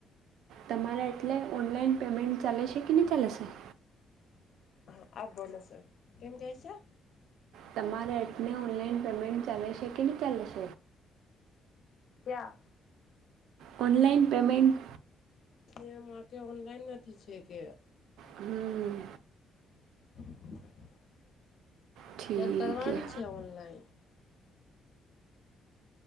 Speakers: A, on the right; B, on the left.
A: તમારે એટલે ઓનલાઈન પેમેન્ટ ચાલેશે કે નહી ચાલેશે
B: હ, આપ બોલો છો કેમ કે છે
A: તમારા એટલે ઓનલાઈન પેમેન્ટ ચાલે છે કે નહી ચાલેશે
B: ક્યાં
A: ઓનલાઈન પેમેન્ટ
B: એ મા કે ઓનલાઈન નથી છે કે
A: હમ્મ.
B: <inaudible>
A: ઠીક
B: મારે કરવાનું
A: હે
B: છે ઓનલાઈન